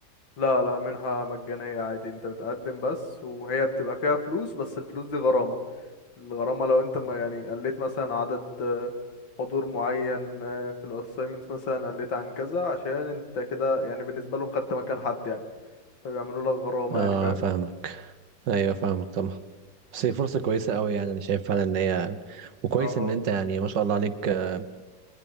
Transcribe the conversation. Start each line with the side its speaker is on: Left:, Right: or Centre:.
Left: لا لا منها مجانية عادي انت بتقدم بس وهي بتبقى فيها فلوس بس الفلوس دي غرامة الغرامة لو انت ما يعني قلت مثلا عدد آه، حضور معين آه، في الاساينمنتس مثلا قلت عن كذا عشان انت كده يعني بالنسبة لهم خدت مكان حد يعني فبيعملوا لك غرامة
Right: اه
Left: يعني فاهم
Right: فاهمك ايوه فاهمك طبعا بس هي فرصة كويسة قوي يعني انا شايف فعلا ان هي وكويس
Left: اه
Right: ان انت يعني ما شاء الله عليك آه،